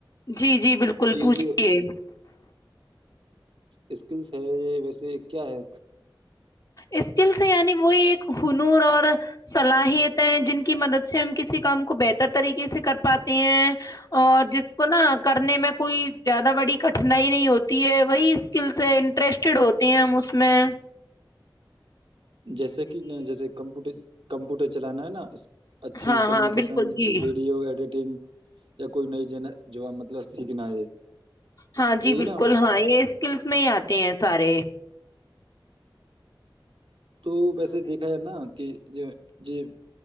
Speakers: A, on the left; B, on the right.
A: جی جی بالکل
B: کہ
A: پوچھیے
B: جو اسکلس ہے یہ ویسے کیا ہے
A: اسکل سے یعنی وہی ایک ہنور اور صلاحیت جن کی مدد سے ہم کسی کام کو بہتر طریقے سے کر پاتے ہیں اور جس کو نا کرنے میں کوئی زیادہ بڑی نہیں نہیں ہوتی ہے وہی سکل سے انٹرسٹڈ ہوتے ہیں ہم اس میں
B: جیسے کہ ن جیسے کمپوٹر کمپیوٹر چلانا ہے نا اس اچھی
A: ہاں
B: کمیونیکیشن
A: ہاں بالکل جی
B: ویڈیو ایڈیٹنگ یا کوئی نئی ج جو مطلب سیکھنا ہے
A: ہاں جی
B: یہی
A: بالکل
B: نا
A: ہاں یہ اسکلس میں ہی آتے ہیں سارے
B: تو ویسے دیکھا نا کہ یہ یہ